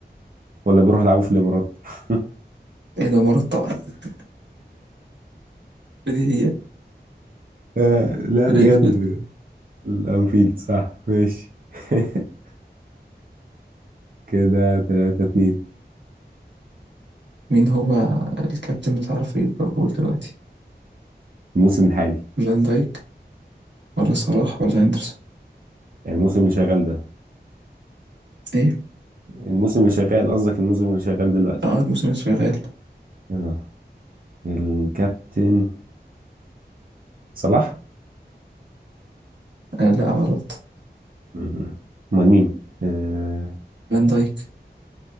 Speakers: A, on the right (about 55°); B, on the right (about 80°).
A: ولا بيروحوا يلعبوا في الإمارات <laughs>
B: ايه ده مرتب <laughs> دي هي
A: آه، لا
B: الانفيلد
A: بجد ب- الأنفيلد صح ماشي <laughs> كده تلاتة اتنين
B: مين هو الكابتن بتاع فريق ليفربول دلوقتي
A: الموسم الحالي
B: فان دايك ولا صلاح ولا هندرسون
A: يعني الموسم اللي شغال ده
B: ايه
A: الموسم اللي شغال قصدك الموسم اللي شغال دلوقتي
B: اه الموسم الشغال
A: آه. الكابتن صلاح
B: آه لا غلط
A: مم. أمال مين؟ آه،
B: فان دايك